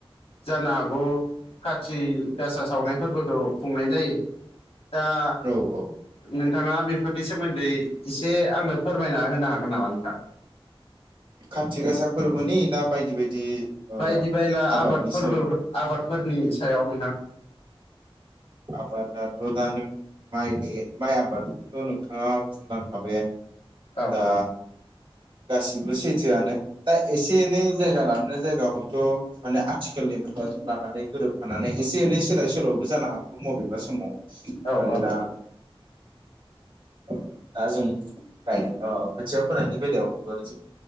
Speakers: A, on the left; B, on the right.
A: जानो हागौ काति गासा सावनाय फोरबोखौ खुंनाय जायो। दा
B: औ औ
A: नोंथाङा बेफोरनि सोमोन्दै एसे आंनो फोरमायना होनो हागोन नामा नोंथां?
B: खाति गासा फोरबोनि ना बायदि बायदि ओ
A: बायदि बायला
B: आबादनि
A: आबादफोरबो
B: सोमोन्दै
A: आबादफोरनि सायाव नोंथां।
B: आबादाथ' दा नों माइनि माइ आबादथ' नोंथाङा बुंलांखाबायानो
A: औ
B: दा गासिबो सैथोआनो। दा एसे एनै जायगा लानानै जायगा हयथ' माने आथिखालनि मुगाजों लानानै गोरोब फानानै एसे एनै सोलाय सोल'बो जानो हागौ मबेबा समाव मानोना
A: औ औ
B: दा जों गाय अ खोथिया फोनायनि बेलायाव बो जों